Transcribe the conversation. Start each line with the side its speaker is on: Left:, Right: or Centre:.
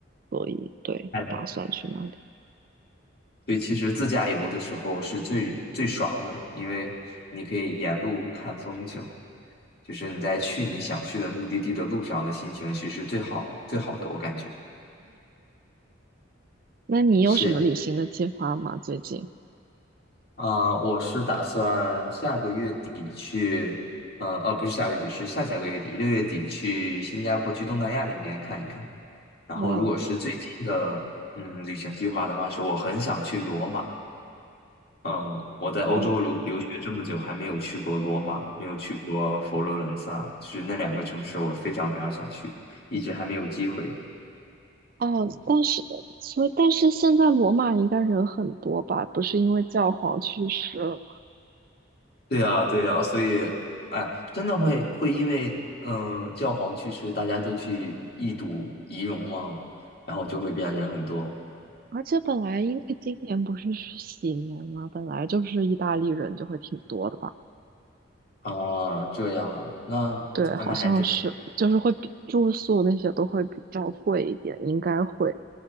Right: 所以对，
Left: 哎，
Right: 打算去那里。
Left: 所以其实自驾游的时候是最最爽的，因为你可以沿路看风景，就是你在去你想去的目的地的路上的心情，其实最好最好的，我感觉。
Right: 那你有什么旅行的计划吗？
Left: 是呀。
Right: 最近？
Left: 啊、我是打算下个月底去，呃，呃，不是下个月底，是下下个月底，六月底去新加坡，去东南亚那边看一看。然后，
Right: 哇。
Left: 如果是最近的，嗯，旅行计划的话，是我很想去罗马。嗯，我在欧洲留留学这么久，
Right: 哦，
Left: 还没有去过罗马，没有去过佛罗伦萨，就是那两个城市，我非常非常想去，一直还没有机会。
Right: 哦，但是所以，但是现在罗马应该人很多吧？不是因为教皇去世了吗？
Left: 对呀，对呀，所以，哎，真的会会因为，嗯，教皇去世，大家都去一睹遗容吗？然后就会变人很多
Right: 而且本来因为今年不是是喜年嘛，本来就是意大利人就会挺多的吧？
Left: 啊，这样啊，那那还真
Right: 对，好像是，就是会比住宿那些都会比较贵一点，应该会。